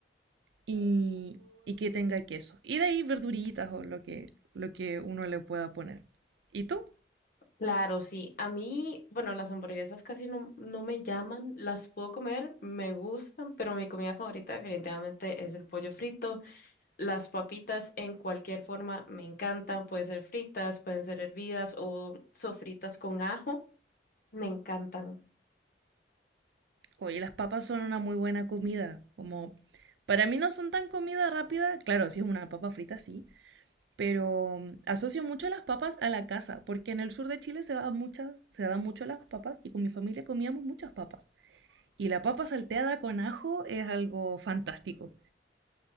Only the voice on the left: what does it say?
Claro, sí. A mí, bueno, las hamburguesas casi no, no me llaman. Las puedo comer, me gustan, pero mi comida favorita definitivamente es el pollo frito. Las papitas en cualquier forma me encantan, pueden ser fritas, pueden ser hervidas o sofritas con ajo, me encantan.